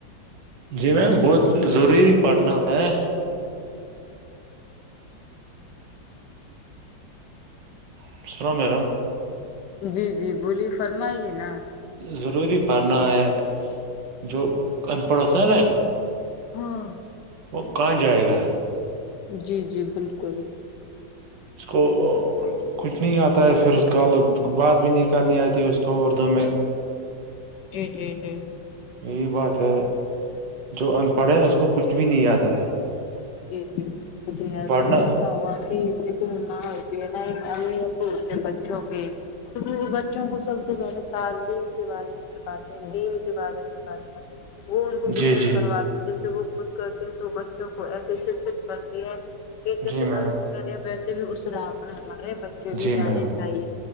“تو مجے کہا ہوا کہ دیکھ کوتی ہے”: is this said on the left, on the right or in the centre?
Left